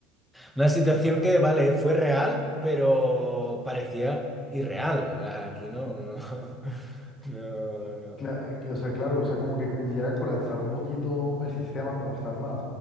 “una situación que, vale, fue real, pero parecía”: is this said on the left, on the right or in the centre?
Centre